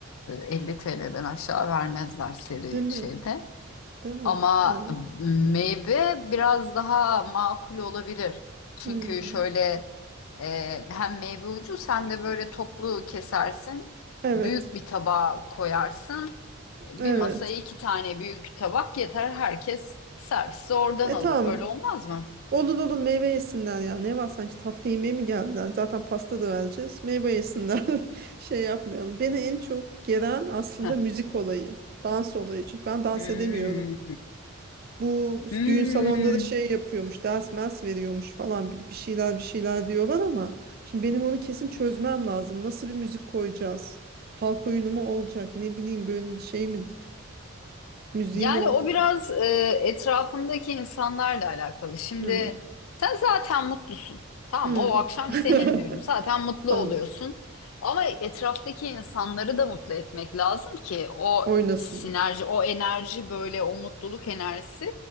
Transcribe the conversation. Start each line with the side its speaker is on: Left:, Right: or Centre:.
Left: e, 50 TL'den aşağı vermezler seri
Right: Değil mi?
Left: şeyde.
Right: Değil mi?
Left: Ama
Right: Evet.
Left: meyve biraz daha makul olabilir. Çünkü
Right: Hmm.
Left: şöyle Ee, hem meyve ucuz hem de böyle toplu kesersin.
Right: Evet.
Left: Büyük bir tabağa koyarsın. Bir
Right: Evet.
Left: masaya iki tane büyük tabak yeter. Herkes servisi oradan
Right: E
Left: alır.
Right: tamam.
Left: Öyle olmaz mı?
Right: Olur olur meyve yesinler ya. Ne var sanki tatlı yemeğe mi geldiler? Zaten pasta da vereceğiz. Meyve yesinler. <laughs> Şey yapmayalım. Beni en çok gelen aslında
Left: Heh.
Right: müzik olayı. Dans olayı. Çünkü ben dans
Left: Hmm.
Right: edemiyorum. Bu
Left: Hmm.
Right: düğün salonunda da şey yapıyormuş, ders mers veriyormuş falan bir bir şeyler bir şeyler diyorlar ama şimdi benim onu kesin çözmem lazım. Nasıl bir müzik koyacağız? Halk oyunu mu olacak? Ne bileyim böyle şey mi müziği
Left: Yani
Right: mi olacak?
Left: o biraz e, etrafındaki insanlarla alakalı. Şimdi
Right: Hmm.
Left: sen zaten mutlusun. Tamam
Right: Hmm.
Left: mı? o akşam
Right: <laughs>
Left: senin düğünün. Zaten mutlu
Right: Tamam
Left: oluyorsun. Ama etraftaki insanları da mutlu etmek lazım ki o
Right: oynasın.
Left: sinerji, o enerji böyle o mutluluk enerjisi